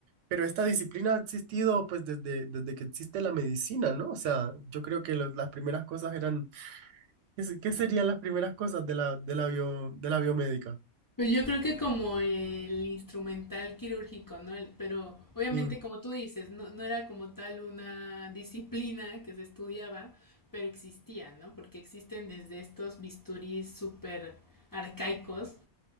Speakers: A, on the right; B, on the left.
A: pero esta disciplina ha existido pues desde, desde que existe la medicina, ¿no? O sea, yo creo que lo- las primeras cosas eran, ¿qué, se- qué serían las primeras cosas de la, de la bio- de la biomédica?
B: Pues yo creo que como el instrumental quirúrgico, ¿no? El- Pero obviamente
A: Y,
B: como tú dices, no, no era como tal una disciplina que se estudiaba, pero existía, ¿no? Porque existen desde estos bisturís súper arcaicos